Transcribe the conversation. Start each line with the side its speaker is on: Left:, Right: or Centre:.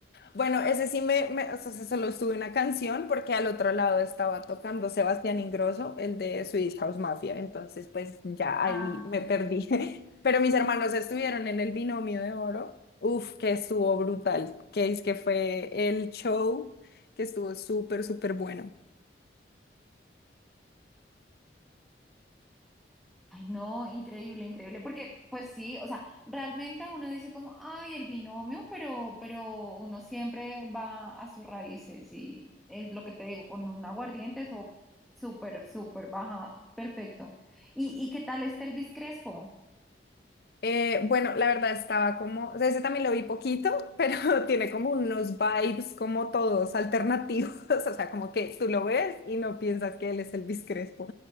Left: Bueno, ese sí me, me- o sea, se solo estuve una canción porque al otro lado estaba tocando Sebastián Ingrosso, el de Swedish House Mafia, entonces pues ya
Centre: Ah,
Left: ahí
Centre: no.
Left: me perdí. <laughs> Pero mis hermanos estuvieron en el Binomio de Oro, uf, que estuvo brutal, que es que fue el show que estuvo súper, súper bueno.
Centre: ay, no, increíble, increíble. Porque, pues sí, o sea, realmente uno dice como, ay, el binomio, pero, pero uno siempre va a sus raíces y es lo que te digo, con un aguardiente, eso súper, súper baja, perfecto. ¿Y, y qué tal está Elvis Crespo?
Left: Eh, bueno, la verdad estaba como, o sea, ese también lo vi poquito, pero <laughs> tiene como unos vibes como todos alternativos, <laughs> o sea, como que tú lo ves y no piensas que él es Elvis Crespo.